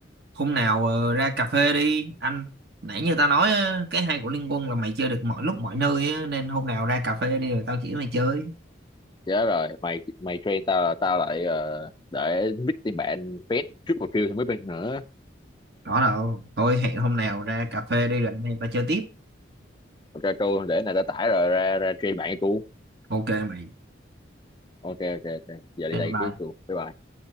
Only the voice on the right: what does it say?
hôm nào ờ, ra cà phê đi anh nãy như tao nói á, cái hay của Liên Quân là mày chơi được mọi lúc mọi nơi á, nên hôm nào ra cà phê đi rồi tao chỉ mày chơi
đó đâu thôi hẹn hôm nào ra cà phê đi rồi anh em tao chơi tiếp
ok mày
Ok,
bye